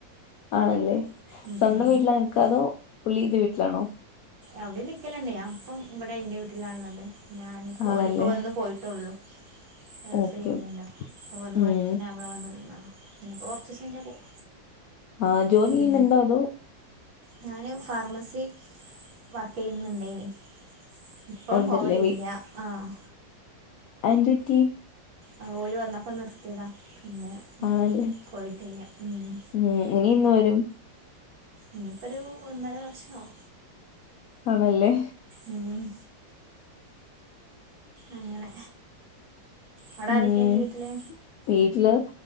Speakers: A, on the left (about 85°); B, on the right (about 80°).
A: ആണല്ലേ
B: ഉം
A: സ്വന്തം
B: ഉം
A: വീട്ടിലാ നിക്കാ അതോ പുള്ളിടെ വീട്ടിലാണോ
B: അവടിം നിക്കല്ണ്ട് ഞാൻ ഇപ്പം ഇബടെ ഇന്റെ വീട്ടിലാള്ളത് ഞാനിപ്പോ
A: ആണല്ലേ
B: ഓല്പ്പോ വന്ന് പോയിട്ടൊള്ളൂ ഗൾഫിലേന്യല്ലോ
A: ഓക്കെ
B: ഇപ്പോ വന്ന്
A: ഉം
B: പോയി ഞാൻ ഇവടെ വന്ന് നിന്നതാ ഇനിയിപ്പോ കൊറച്ചീസയിഞ്ഞാ പോവും
A: ആഹ് ജോലിയ്യ്ന്ന്ണ്ടോ
B: ഉം
A: അതോ
B: ഞാന് ഫാർമസി വർക്കെയ്യ്ന്ന്ണ്ടേനി ഇപ്പം
A: ഉണ്ടല്ലേ
B: പോവലില്ല ആഹ്
A: അത് എന്ത് പറ്റി
B: അത് ഓല് വന്നപ്പം നിർത്തിയതാ പിന്നെ ഇഞ്ഞ്
A: ആണല്ലേ
B: പോയിട്ടില്ല മ്മ്
A: ഉം ഇനി എന്ന് വരും
B: ഇനിപ്പോരു ഒന്നര വർഷാവും
A: ആണല്ലേ
B: മ്മ് അങ്ങനെ അവടെരൊക്കെ
A: ഉം
B: ഇണ്ട് വീട്ടില്
A: വീട്ടില്